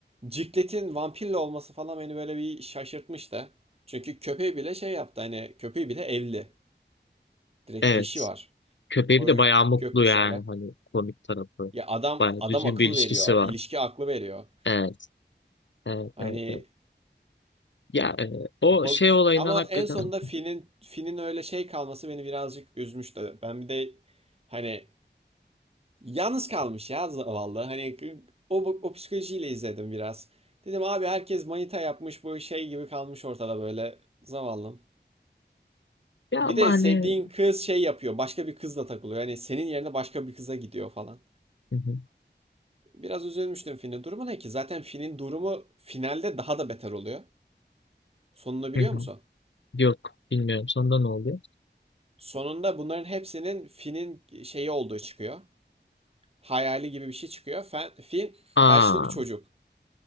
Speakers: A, on the right (about 30°); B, on the left (about 80°).
A: Ciklet'in vampirle olması falan beni böyle bir şaşırtmıştı. Çünkü köpeği bile şey yaptı hani köpeği bile evli. Direkt
B: Evet.
A: eşi var.
B: Köpeği
A: O
B: de bayağı mutlu
A: gökkuşağıyla.
B: yani hani komik tarafı.
A: Ya adam
B: Bayağı
A: adam
B: düzgün
A: akıl
B: bir ilişkisi
A: veriyor.
B: var.
A: ilişki aklı veriyor.
B: Evet, evet,
A: Hani
B: evet. evet. Ya e, o
A: bak
B: şey olayından
A: ama
B: hakikaten
A: en sonunda Finn'in Finn'in öyle şey kalması beni birazcık üzmüştü. Ben bir de hani Yalnız kalmış ya zavallı. Hani o, o psikolojiyle izledim biraz. Dedim abi herkes manita yapmış bu şey gibi kalmış ortada böyle zavallım.
B: ya
A: Bir
B: ama
A: de
B: hani
A: sevdiğin kız şey yapıyor. Başka bir kızla takılıyor. Hani senin yerine başka bir kıza gidiyor falan.
B: Hı hı,
A: Biraz üzülmüştüm Finn'in durumu ne ki? Zaten Finn'in durumu finalde daha da beter oluyor. Sonunu biliyor
B: hı hı.
A: musun?
B: yok bilmiyorum sonunda ne oluyor?
A: Sonunda bunların hepsinin Finn'in şeyi olduğu çıkıyor. Hayali gibi bir şey çıkıyor. Fen- Finn
B: Aa,
A: felçli bir çocuk.